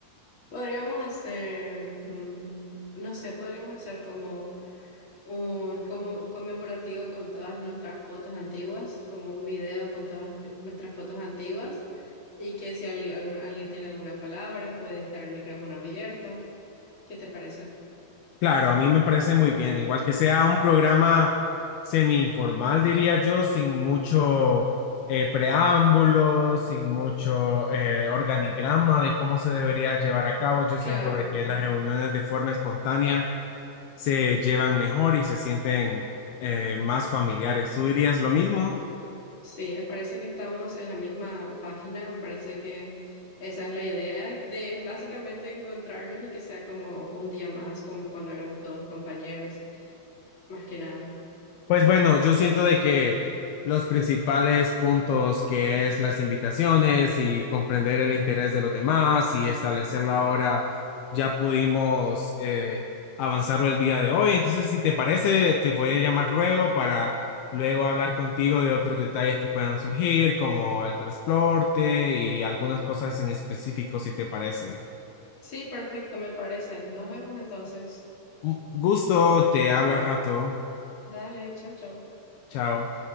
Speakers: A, on the left; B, on the left.
A: Podríamos hacer, mm, no sé, podríamos hacer como un como conmemorativo con todas nuestras fotos antiguas, como un video con todas nuestras fotos antiguas, y que si ali- algún- alguien tiene alguna palabra, puede estar el micrófono abierto. ¿Qué te parece?
B: Claro, a mí me parece muy bien, igual que sea un programa semi-informal, diría yo, sin mucho eh, preámbulo, sin mucho eh, organigrama de cómo se debería llevar a cabo. Yo siento
A: Claro.
B: de que las reuniones de forma espontánea se llevan mejor y se sienten eh, más familiares. ¿Tú dirías lo mismo?
A: Sí, me parece que estamos en la misma página, me parece que esa es la idea de básicamente encontrarnos y que sea como un día más, como cuando éramos todos compañeros, más que nada.
B: Pues bueno, yo siento de que los principales puntos que es las invitaciones y comprender el interés de los demás y establecer la hora, ya pudimos eh, avanzarlo el día de hoy. Entonces, si te parece, te voy a llamar luego para luego hablar contigo de otros detalles que puedan surgir, como el transporte y algunas cosas en específico, si te parece.
A: Sí, perfecto, me parece. Nos vemos entonces.
B: Un gusto, te hablo al rato.
A: Dale, chao, chao.
B: Chao.